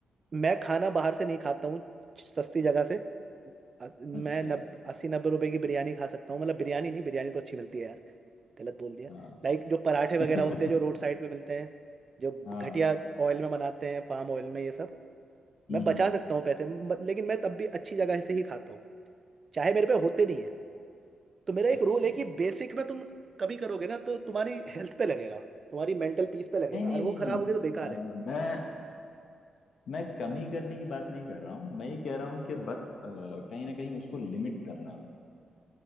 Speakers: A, on the right; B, on the left.
A: मैं खाना बाहर से नहीं खाता हूँ सस्ती जगह से अ- मैं
B: अच्छा
A: नब अस्सी नब्बे रुपए की बिरयानी खा सकता हूँ मतलब बिरयानी नहीं बिरयानी तो अच्छी मिलती है यार, गलत बोल दिया
B: हाँ
A: लाइक जो पराठे वगैरह
B: <laughs>
A: होते हैं जो रोड साइड पे मिलते हैं जो
B: हाँ
A: घटिया ऑयल में बनाते हैं पाम ऑयल में ये सब
B: हम्म
A: मैं
B: हम्म,
A: बचा
B: हम्म,
A: सकता हूँ पैसे म- लेकिन मैं तब भी अच्छी जगह से ही खाता हूँ चाहे मेरे पे होते नहीं है तो मेरा
B: अच्छा
A: एक रूल है कि बेसिक में तुम कभी करोगे ना तो तुम्हारी हेल्थ पे लगेगा तुम्हारी मेंटल पीस पे लगेगा
B: नहीं नहीं
A: और
B: नहीं
A: वो खराब
B: नहीं नहीं
A: होगी तो बेकार है
B: अ, मैं मैं कमी करने की बात नहीं कर रहा हूँ मैं ये कह रहा हूँ कि बस अ, कहीं ना कहीं उसको लिमिट करना है